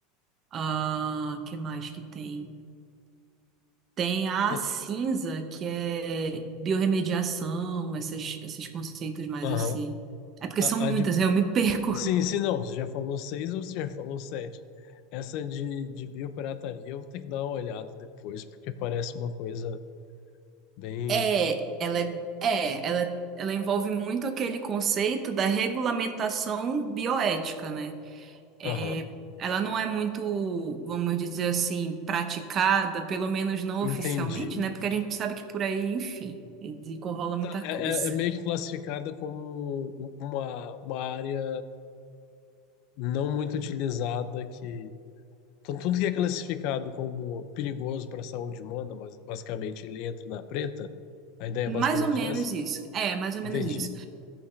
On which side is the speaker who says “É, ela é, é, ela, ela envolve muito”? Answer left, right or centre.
Right